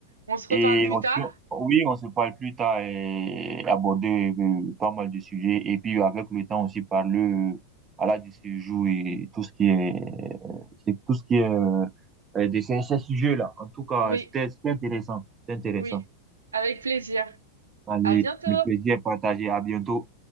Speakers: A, on the right (about 75°); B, on the right (about 20°).
A: On se reparle
B: Et
A: plus
B: aussi,
A: tard.
B: oui, on se parle plus tard et aborder euh, pas mal de sujets. Et puis, avec le temps aussi, parler euh, voilà, du séjour et tout ce qui est, c'est tout ce qui est euh, euh, de ces, ces sujets-là. En tout cas,
A: Oui,
B: c'était c'était intéressant. C'était intéressant.
A: oui. Avec plaisir.
B: Allez,
A: À bientôt.
B: le plaisir est partagé. À bientôt.